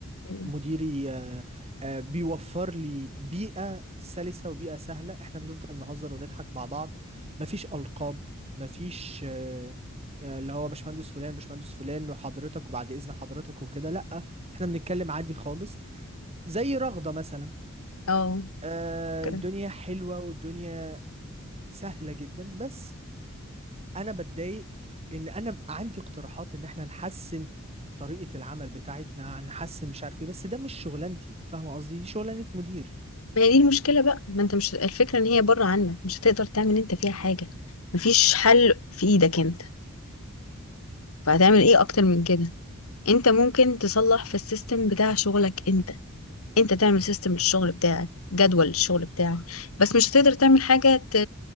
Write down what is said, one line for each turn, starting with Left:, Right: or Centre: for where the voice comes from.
Left: مم.
Right: مديري آه، آه، بيوفر لي بيئة سلسة وبيئة سهلة احنا بنفضل نهزر ونضحك مع بعض مفيش ألقاب مفيش آه، آه، اللي هو باشمهندس فلان باشمهندس فلان وحضرتك وبعد إذن حضرتك وكده لأ احنا بنتكلم عادي خالص زي رغدة مثلا
Left: اه
Right: آه،
Left: كده
Right: الدنيا حلوة والدنيا سهلة جدا بس أنا بتضايق إن أنا عندي اقتراحات إن احنا نحسن طريقة العمل بتاعتنا نحسن مش عارف ايه بس ده مش شغلانتي فاهمة قصدي دي شغلانة مدير
Left: ما هي دي المشكلة بقى ما انت مش الفكرة ان هي بره عنك مش هتقدر تعمل انت فيها حاجة مفيش حل في ايدك انت فهتعمل ايه اكتر من كده انت ممكن تصلح في السيستم بتاع شغلك انت انت تعمل سيستم للشغل بتاعك جدول للشغل بتاعك بس مش هتقدر تعمل حاجة ت...